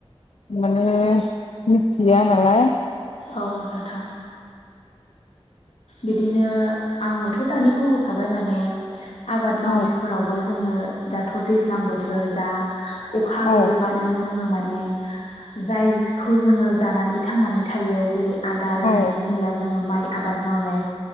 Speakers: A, on the left; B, on the left.
A: माने।
B: औ नोंथां। बिदिनो आङोथ' दानि बुं खाबाय माने आबाद मावनायफोरावबो
A: औ
B: जोंङो। दाथ' दैज्लां बोथोर दा। अखा गैयाबानो
A: औ
B: जोङो माने। जायजखौ जोङो जानानै थांनानै थायो जेरै आदार होननानै
A: औ
B: बुंब्ला जोङो माइ। आबाद। मावनाय